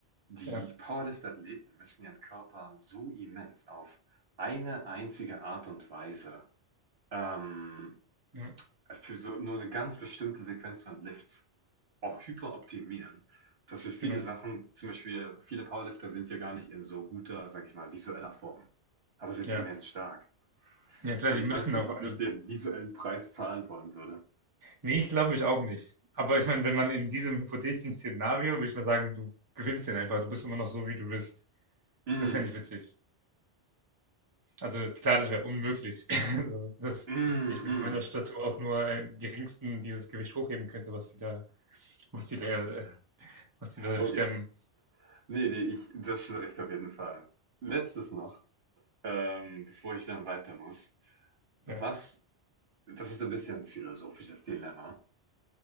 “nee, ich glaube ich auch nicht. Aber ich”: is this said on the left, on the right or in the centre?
Right